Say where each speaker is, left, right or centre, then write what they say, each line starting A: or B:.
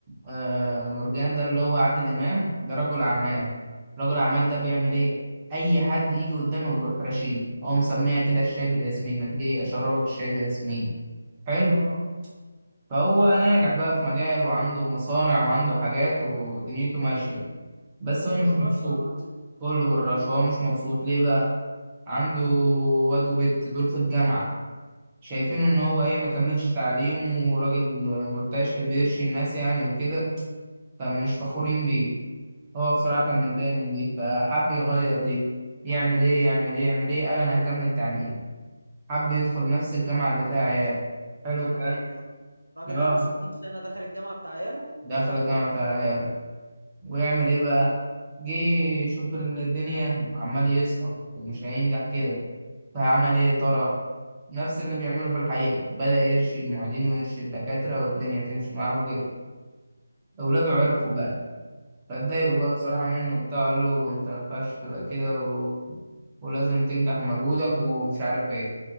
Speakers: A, on the right; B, on the right.
A: آه مرجان ده اللي هو عادل إمام ده رجل أعمال رجل أعمال ده بيعمل إيه؟ أي حد يجي قدامه بيروح رشيه هو مسميها كده الشاي بالياسمين ما تيجي أشربك الشاي بالياسمين حلو؟
B: اه
A: فهو ناجح بقى في مجاله وعنده مصانع وعنده حاجات ودنيته ماشية بس
B: ما
A: هو
B: كله
A: مش
B: بالرشوه
A: مبسوط
B: يا معلم
A: كله بالرش هو مش مبسوط ليه بقى؟ عنده واد وبت دول في الجامعة شايفينه ان هو ايه ما كملش تعليمه وراجل مرتاش بيرشي الناس يعني وكده فمش فخورين بيه هو بصراحة كان متضايق من دي فحب يغير دي يعمل ايه يعمل ايه يعمل ايه قال انا هكمل تعليم حب يدخل نفس الجامعة اللي فيها عياله حلو
B: يا
A: الكلام
B: نهار ابيض راجل
A: اه
B: عنده 60 سنه دخل الجامعه بتاع عياله
A: دخل الجامعة بتاع عياله ويعمل ايه بقى جه يشوف الدنيا عمال يسقط ومش هينجح كده فعمل ايه يا ترى نفس اللي بيعمله في الحقيقة بدأ يرشد معيدين ويرشد دكاترة والدنيا تمشي معاه وكده أولاده عرفوا بقى فاتضايقوا بقى بصراحة مني وبتاع قالوا له أنت ما ينفعش تبقى كده و... ولازم تنجح بمجهودك ومش عارف إيه